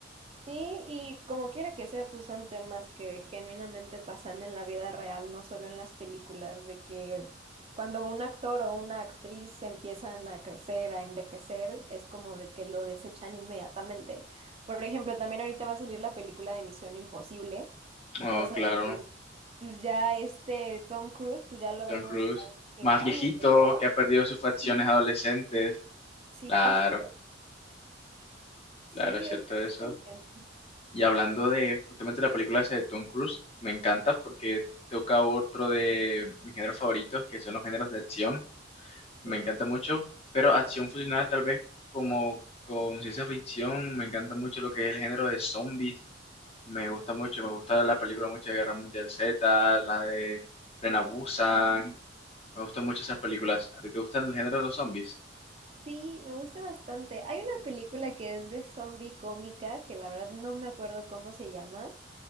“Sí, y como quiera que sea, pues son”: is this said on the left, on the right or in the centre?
Right